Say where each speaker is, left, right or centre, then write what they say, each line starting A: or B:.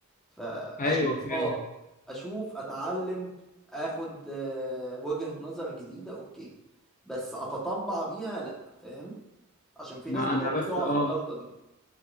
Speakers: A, in the centre; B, on the left.
A: فاشوف
B: ايوه فعلا
A: اه اشوف اتعلم اخد آه، وجهة نظر جديده اوكي بس اتطبع بيها لا فاهم عشان في
B: ما
A: ناس بتقع
B: انا بس
A: بتقع
B: اه
A: في الغلطه دي